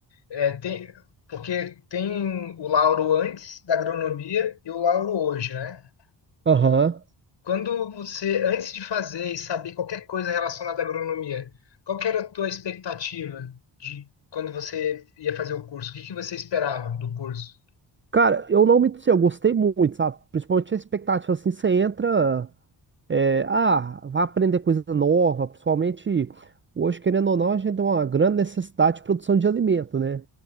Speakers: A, on the left; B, on the right.
A: eh, tem, porque tem o Lauro antes da agronomia e o Lauro hoje, né?
B: Aham.
A: Quando você, antes de fazer e saber qualquer coisa relacionada à agronomia, qual que era a tua expectativa de quando você ia fazer o curso? O que que você esperava do curso?
B: Cara, eu não me sei, eu gostei muito, sabe? Principalmente a expectativa, assim, você entra, é, ah, vai aprender coisa nova, principalmente hoje, querendo ou não, a gente tem uma grande necessidade de produção de alimento, né?